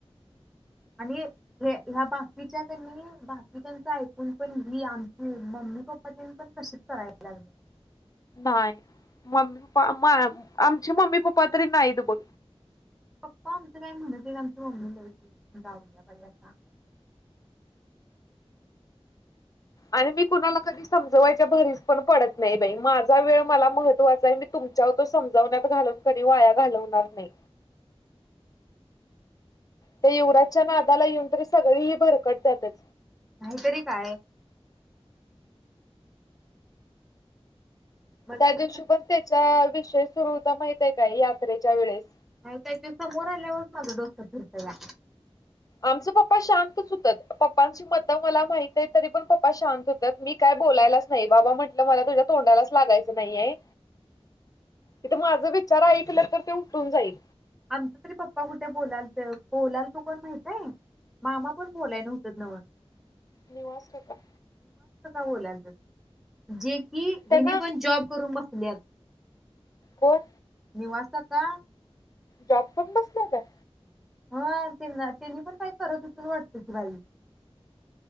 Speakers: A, in the centre; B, on the left.
A: आणि ह्या बाकीच्या कणी बाकीच्याच ऐकून पण ही आमची मम्मी पप्पा तेनी पण तशीच करायला लागली.
B: नाही. मम्मी पप्पा आमचे मम्मी पप्पा तरी नाहीत बघ.
A: पप्पा आमचं काय म्हणत नईत. आमची मम्मी ल जाऊया बाई आता.
B: आणि मी कुणाला कधी समजवायच्या भरीस पण पडत नाही बई. माझा वेळ मला महत्वाचाय, मी तुमच्या तो समजवण्यात घालून कधी वाया घालवणार नई. त्या यूवराजच्या नादाला येऊन तरी सगळी ही भरकटत्यातच.
A: नाहीतरी काय. मला
B: त्या
A: तरी
B: दिवशी पण त्याच्या बी विषय सुरु होता माहित आहे काय यात्रेच्या वेळेस.
A: नाही काही दिवसमोर आल्यावरच मझा डोस्क फिरताला
B: आमचं पप्पा शांतच होतात. पप्पांची मत मला माहित आहे तरी पण पप्पा शांत होतात मी काय बोलायलाच नाही बाबा म्हटलं मला तुझ्या तोंडालाच लागायचं नाहीय, तिथे माझ विचार ऐकलं तर ते उठून जाईल.
A: आमचा तरी पप्पा कुठे बोलालत बोलालत तू कोण माहितय? मामा पण बोलाय नव्हत नव
B: निवास टका
A: बोलायला जीब की घेनी
B: त्यांना
A: पण जॉब करून बस ल्यात
B: कोण?
A: निवास काका.
B: जॉब पण बसल्यात.
A: हा त्यांना त्यांनी पण काय करत हुतीत वाटत की बाई.